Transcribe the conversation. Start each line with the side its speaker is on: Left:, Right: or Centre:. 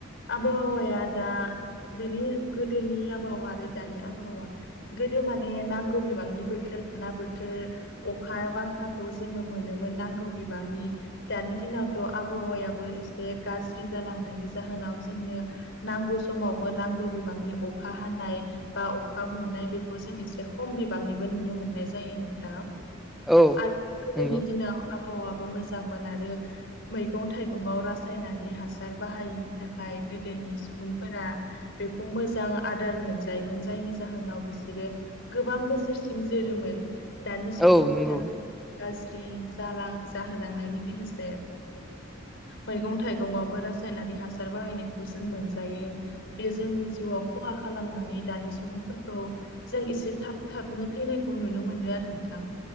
Left: आबहावाया दा बेनि गोदोनि आबहावा आरो दानि आबहावा गोदो माने नांगौ बिबांनि बोथोर ना ना बोथोर अखा बांखाखौ जोङो मोनोमोन नांगौ बिबांनि दानि दिनावथ' आबहावायाबो एसे गाज्रि जालांनायनि जाहोनाव जोंनो नांगौ समावबो नांगौ बिबांनि अखा हानाय बा अखा मोननाय बेखौ जों एसे खम बिबांनिबो नुनो मोननाय जायो नोंथां।
Centre: औ
Left: आर गोदोनि
Centre: नंगौ
Left: दिनाव आबहावाबो मोजांमोन आरो मैगं थाइगंयाव रासायनारि हासार बाहायैनि थाखाय गोदोनि सुबुंफोरा बेखौ मोजां आदार मोनजायोमोन जायनि जाहोनाव बिसोरो गोबां बोसोरसिम जोरोमोन। दानि सुबुंफोरा
Centre: औ नंगौ
Left: गाज्रि जालां जाहोलांनायनि लोगोसे मैगं थाइगङावबो रासायनारि हासार बाहायनायखौ जों मोनजायो। बे जोंनि जिउआव खहा खालामनानै दानि सुबुंफोरखौ जों एसे थाब थाबनो थैनायखौ नुनो मोनो आरो नोंथां।